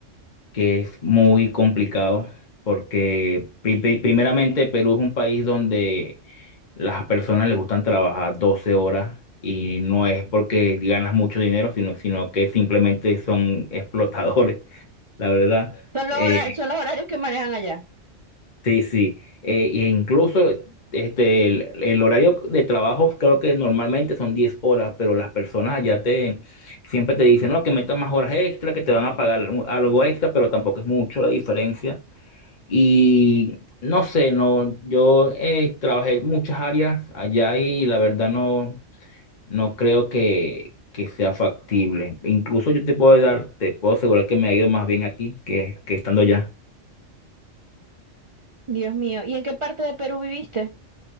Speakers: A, on the left; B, on the right.
A: que es muy complicado porque pri- pri- primeramente Perú es un país donde las personas les gustan trabajar 12 horas y no es porque ganas mucho dinero, sino, sino que simplemente son explotadores, <laughs> la verdad.
B: Son
A: Eh,
B: los horarios, son los horarios que manejan allá.
A: sí, sí. Eh, e incluso este, el, el horario de trabajo creo que normalmente son 10 horas, pero las personas allá te siempre te dicen, no, que metas más horas extra, que te van a pagar un- algo extra, pero tampoco es mucho la diferencia. Y no sé, no, yo eh, trabajé en muchas áreas allá y la verdad no, no creo que, que sea factible. Incluso yo te puedo dar, te puedo asegurar que me ha ido más bien aquí que, que estando allá.
B: Dios mío, ¿y en qué parte de Perú viviste?